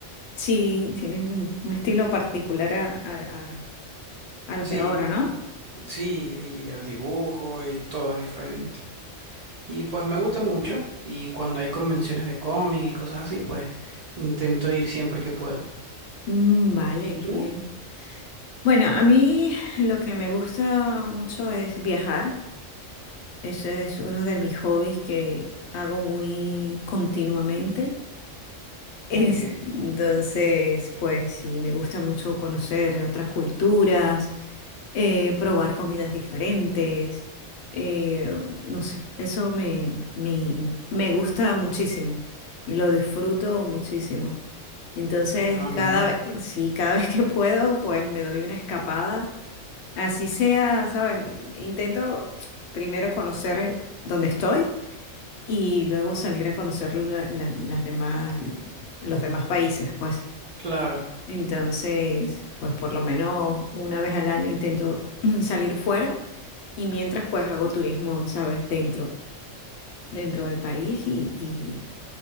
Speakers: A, on the left; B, on the right.
A: Sí, tienen un un estilo particular a, a- a la- A los
B: Sí,
A: de ahora, ¿no?
B: y- sí, y el dibujo y todo es diferente. Y pues me gusta mucho y cuando hay convenciones de cómic y cosas así, pues intento ir siempre que puedo.
A: Mm, vale,
B: ¿Y tú?
A: bien. Bueno, a mí lo que me gusta mucho es viajar. Ese es uno de mis hobbies que hago muy continuamente. Es-
B: Ok.
A: entonces, pues sí, me gusta mucho conocer otras culturas, eh, probar comidas diferentes, eh, no sé, eso me, me, me gusta muchísimo y lo disfruto muchísimo. Entonces,
B: Ah,
A: cada
B: bien.
A: vez, sí, cada <laughs> vez que puedo, pues me doy una escapada. Así sea, ¿sabes? Intento primero conocer dónde estoy y luego salir a conocer la- la- las demás, los demás países, pues.
B: Claro,
A: Entonces, pues por lo menos una vez al año intento <clears throat> salir fuera y mientras pues hago turismo, ¿sabes? Dentro, dentro del país y, y,